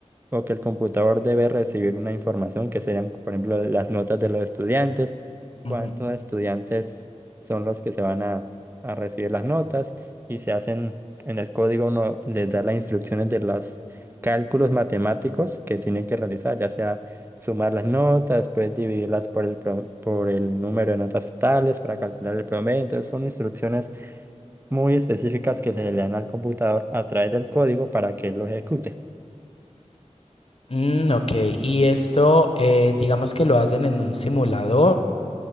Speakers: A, on the right; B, on the left.
A: o que el computador debe recibir una información que serían, por ejemplo, las notas de los estudiantes, cuántos
B: Ujú.
A: estudiantes son los que se van a, a recibir las notas y se hacen en el código, uno les da las instrucciones de los cálculos matemáticos que tienen que realizar, ya sea sumar las notas, después dividirlas por el, pro- por el número de notas totales para calcular el promedio. Entonces son instrucciones muy específicas que se le dan al computador a través del código para que lo ejecute.
B: Mm, ok, y esto eh, digamos que lo hacen en un simulador